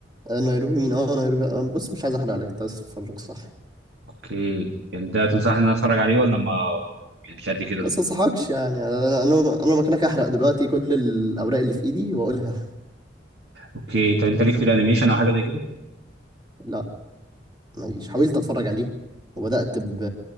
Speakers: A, on the right; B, on the right.
A: آه نيروبي مين اه نيروبي آه بص مش عايز احرق لك انت بس اتفرج صح
B: اوكي يعني ده تنصحني ان انا اتفرج عليه ولا ما يعني مش قد كده
A: بس ما انصحكش يعني انا انا انا مكانك احرق دلوقتي كل الاوراق اللي في ايدي واقولها
B: اوكي طب انت ليك في الانيميشن او حاجه زي كده
A: لا ماليش حاولت اتفرج عليه وبدات ب